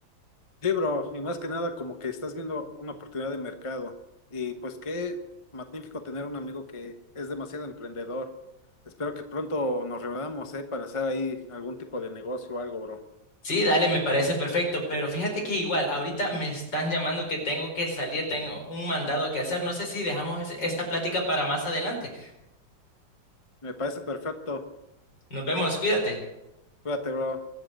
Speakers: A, on the left; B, on the left.
A: Sí, bro, y más que nada como que estás viendo una oportunidad de mercado. Y pues qué magnífico tener un amigo que es demasiado emprendedor. Espero que pronto nos reunamos, ¿eh? Para hacer ahí algún tipo de negocio o algo, bro.
B: Sí, dale, me parece perfecto, pero fíjate que igual, ahorita me están llamando que tengo que salir, tengo un mandado que hacer, no sé si dejamos ese- esta plática para más adelante.
A: Me parece perfecto.
B: Nos vemos, cuídate.
A: Cuídate, bro.